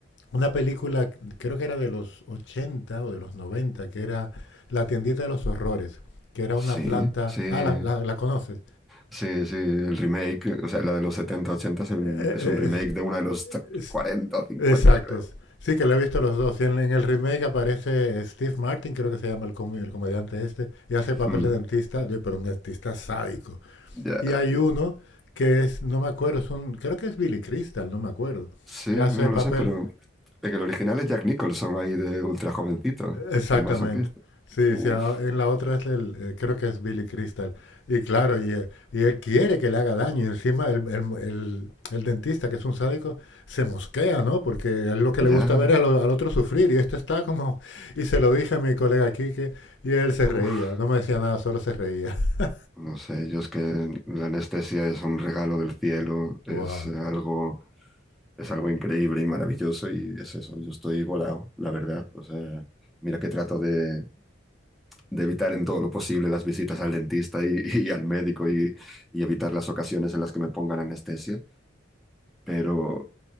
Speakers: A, on the left; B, in the centre.
A: una película, creo que era de los 80 o de los 90 que era La tiendita de los horrores, que era
B: Sí,
A: una planta...
B: sí.
A: Ah, la, la, la conoces.
B: Sí, sí, el remake, o sea, la de los 70 80 es, un
A: Eh,
B: es un remake
A: eh,
B: de una de los tre-
A: eh, es-
B: 40 o 50,
A: es- exacto.
B: creo.
A: Sí, que la he visto los dos. Y en, en el remake aparece Steve Martin, creo que se llama el, com- el comediante este, y hace el papel
B: Mm,
A: de dentista, de- pero un dentista sádico.
B: ya,
A: Y hay uno que es, no me acuerdo, es un, creo que es Billy Crystal, no me acuerdo,
B: sí,
A: que
B: no
A: hace el
B: lo
A: papel,
B: sé, pero en el original es Jack Nicholson ahí de ultra jovencito,
A: Exactamente.
B: el masoquista.
A: Sí,
B: Uf,
A: sí, a- en la otra es el, eh, creo que es Billy Crystal. Y claro, y, eh, y él quiere que le haga daño. Y encima el, el- el- el dentista, que es un sádico, se mosquea, ¿no? Porque a él lo que le
B: ya,
A: gusta ver es al, al otro sufrir. Y esto está como... Y se lo dije a mi colega Quique y él se reía.
B: uf,
A: No me decía nada, solo se reía. <laughs>
B: no sé, yo es que la anestesia es un regalo del cielo, es
A: Wow.
B: algo, es algo increíble y maravilloso y es eso, yo estoy volado, la verdad. O sea, mira que trato de de evitar en todo lo posible las visitas al dentista y, <laughs> y al médico y, y, evitar las ocasiones en las que me pongan anestesia, pero